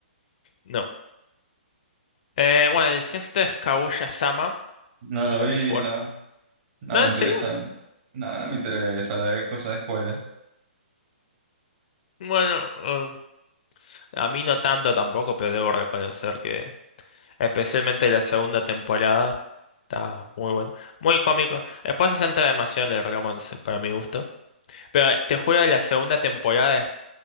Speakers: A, on the left; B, on the right.
A: no. Eh, bueno, el sexto es Kaguya-sama,
B: No lo
A: de Love
B: vi,
A: is War.
B: no. No
A: ¿No,
B: me
A: en
B: interesan.
A: serio?
B: No, no me interesa la de cosas de escuela.
A: Bueno, um, a mí no tanto tampoco, pero debo reconocer que especialmente la segunda temporada está muy buena. Muy cómico. Después se centra demasiado en el romance, para mi gusto. Pero te juro que la segunda temporada es-